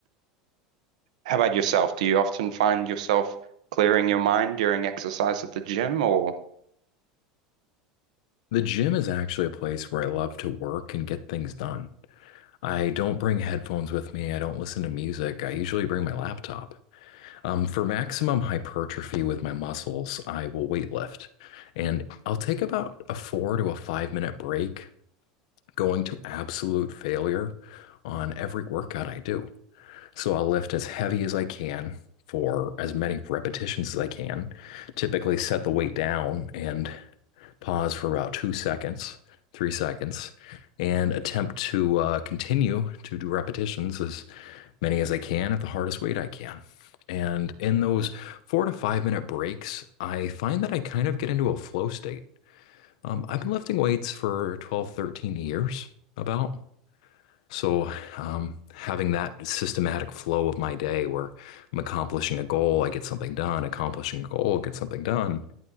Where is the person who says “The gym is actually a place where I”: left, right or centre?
Left